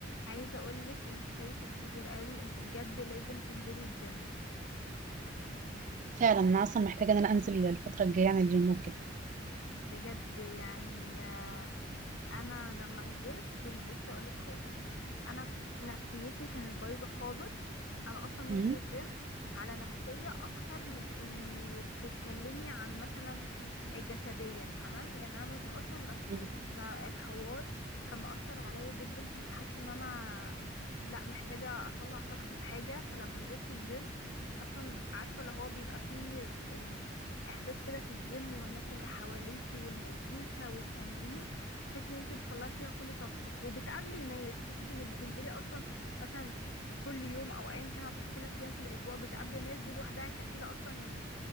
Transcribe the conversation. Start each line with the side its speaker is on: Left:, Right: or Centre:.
Left: عايزة اقولك انت فايتك كتير قوي انت بجد لازم تنزلي الجيم
Right: فعلا انا اصلا محتاجه ان انا انزل الفتره الجايه يعني الجيم وكده
Left: بجد يعني آه، انا لما نزلت يعني بصي اقولك حاجه انا نفسيتي كانت بايظه خالص انا اصلا نازله
Right: امم
Left: الجيم على نفسيه اكتر من اني بتتكلمي عن مثلا جسديا تمام يعني انا نازله اصلا نفسيا
Right: مم.
Left: فالحوار كان مأثر عليا جدا كنت حاسه ان انا لا محتاجه اطلع طاقتي في حاجه فلما نزلت الجيم اصلا عارفه اللي هو بيبقى فيه أم، احساس كده في الجيم والناس اللي حواليكي والمزيكا والتمرين تحس ان انت بتطلعي فيها كل طاقتك وبتقابلي ناس فكرة انك بتنزلي اصلا مثلا كل يوم او ايا كان هتروحي ثلاث ايام في الاسبوع بتقابلي ناس دي لوحدها كفيلة اصلا يعني